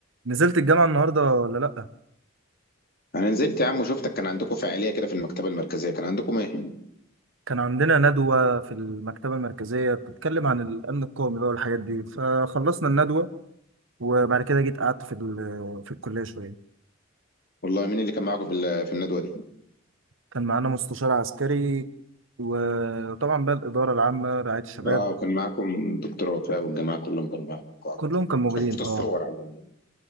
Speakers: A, on the right; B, on the left.
A: نزلت الجامعة النهاردة ولا لأ؟
B: انا نزلت يا عم وشفتك كان عندكم فعاليه كده في المكتبه المركزيه كان عندكم ايه
A: كان عندنا ندوة في المكتبة المركزية بتتكلم عن الأمن القومي بقى والحاجات دي فخلصنا الندوة وبعد كده جيت قعدت في ال- في الكلية شوية
B: والله مين اللي كان معاكم في ال- في الندوه دي
A: كان معانا مستشار عسكري وطبعا بقى الإدارة العامة رعاية الشباب
B: اه وكان معاكم دكتور وفاء والجماعه كلهم كانوا معاكم
A: كلهم كانوا موجودين
B: شفت الصور
A: اه
B: على النت.